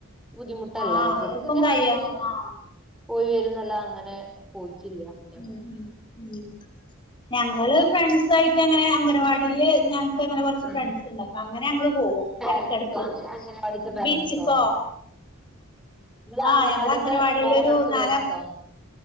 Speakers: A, in the centre; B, on the left.
A: ബുദ്ധിമുട്ടല്ലെ
B: ആഹ് ആഹ്
A: ജസ്റ്റിന്റെ
B: എക്കും കയ്യ
A: ഫംങ്ഷന്
B: ആഹ്
A: പോയി വര്ന്നല്ലാ അങ്ങനെ പോയിറ്റില്ലാ
B: ഉം ഉം ഉം ഞങ്ങള്
A: അങ്ങനായിട്ട്
B: ഫ്രൺസായ് അങ്ങന അംഗൻവാടീല് ഞങ്ങ്ക് അങ്ങന കൊറച്ച്
A: ആഹ്
B: ഫ്രൺസ്ണ്ട് അപ്പങ്ങനെ ഞങ്ങള് പോകും
A: പാരൻസോ
B: എടക്കെട്ക്ക്
A: അങ്ങനെ അംഗനവാടിത്തെ പാരൻസോ
B: ബീച്ച്ക്കോ
A: നിങ്ങള്
B: ആഹ്
A: അംഗനവാടിത്തെ
B: ഞങ്ങളെ അംഗനവാടീലൊര്
A: മോളെ പഠിച്ച
B: നാല
A: പേരൻസോ